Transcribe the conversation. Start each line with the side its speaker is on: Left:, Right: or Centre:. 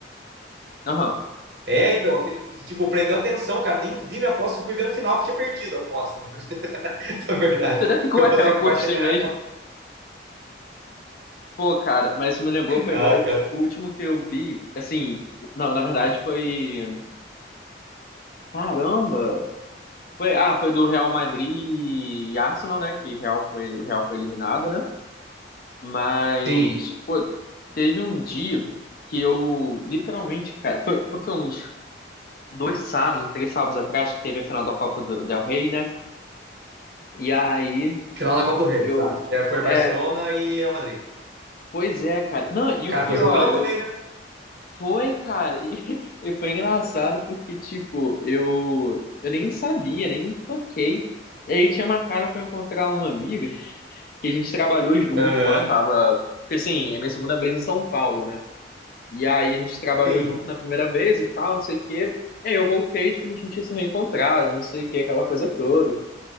Left: aham.
Right: É, então, aquele que, tipo, prendeu atenção, cara. Nem vi minha aposta, eu fui ver no final que eu tinha perdido a aposta, né? <laughs> Na verdade.
Left: Você até ficou,
Right: Que eu
Left: <laughs> é,
Right: pensei
Left: eu apostei
Right: que o Barça ia ganhar.
Left: mesmo. Pô, cara, mas se me lembrou, foi
Right: Ah,
Left: igual
Right: cara.
Left: o último que eu vi. Assim, não, na verdade foi. Caramba! Foi, ah, foi do Real Madrid e Arsenal, né? Que Real foi, o Real foi eliminado, né? Mas,
Right: Sim,
Left: pô, teve um dia que eu literalmente, cara, foi, foi que uns dois sábados, três sábados atrás, que teve a final da Copa do Del Rey, né? E aí
Right: final da Copa do Rei,
Left: eu.
Right: exato. É, foi
Left: É,
Right: Barcelona e Real Madrid.
Left: pois é, cara. Não, e
Right: Cara,
Left: o pior,
Right: foi jogão
Left: eu.
Right: também, né?
Left: Foi, cara, e, <laughs> e foi engraçado porque, tipo, eu, eu nem sabia, nem toquei. E aí tinha marcado pra eu encontrar uma amiga que a gente trabalhou junto
Right: Aham,
Left: quando eu tava. Porque assim, é minha segunda vez em São Paulo, né? E aí a gente trabalhou
Right: Sim.
Left: junto na primeira vez e tal, não sei o quê. E aí eu voltei, tipo, a gente não tinha se reencontrado, não sei o quê, aquela coisa toda.